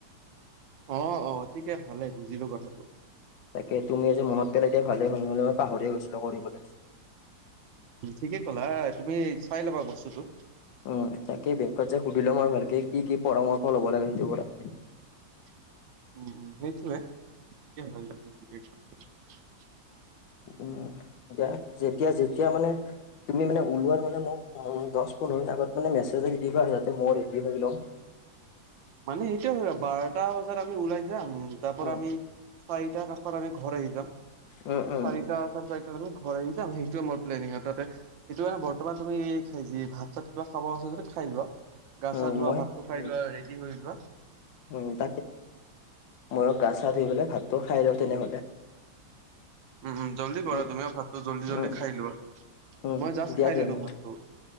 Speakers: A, on the right (about 75°); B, on the left (about 80°).
A: অ অ ঠিকে ভালে বুজিলো কথাটো
B: তাকে তুমি আজি মনত পেলাই দি ভালেই হ'ল নহ'লে মই পাহৰিয় গৈছিলো কৰিবলৈ।
A: ঠিকে ক'লা তুমি চাই লবা বস্তুটো।
B: উম তাকেই বেংকত যে সুধিলো আমাৰ ভালকে কি কি পৰামৰ্শ ল'ব লাগে সেইটোৰ পৰা
A: <inaudible> উম সেইটোৱে য
B: উম এতিয়া যেতিয়া যেতিয়া মানে তুমি মানে ওলোৱাৰ মানে ম উ দহ পোন্ধৰ মিনিট আগত মানে মেছেজ এটা দি দিবা যাতে মৌ ৰেডি হৈ ল'ও
A: মানে সেইটোয়েহৈ আৰু বাৰটা বজাত আমি ওলাই যাম তাৰ পৰা
B: উম
A: আমি চাৰিটা কাষ আমি ঘৰ আহি যাম
B: উম উম
A: চাৰিটা চাৰে চাৰিটা ব ঘৰ আহি যাম সেইটোোৱে মোৰ প্লেনিং আৰু তাতে সেইটো কাৰানে বৰ্তমান তুমি যি ভাত চাত কিবা খাব আছে যদি খাই লোৱা গা
B: উম
A: চা ধোৱা
B: মই
A: ভাতটো খাই
B: উম
A: লোৱা ৰেডি হৈ লোৱা
B: উম তাকে মইও গা চা ধুই পেলাই ভাতটো খাই লওঁ তেনেহলে
A: উম উম জল্দি কৰা
B: উম
A: তুমিও ভাতটো জল্দি জল্দি
B: উম
A: খাই
B: উম
A: লোৱা
B: উম
A: মই জাষ্ট
B: দিয়া
A: খাই
B: তেনেহলে
A: ললো ভাতটো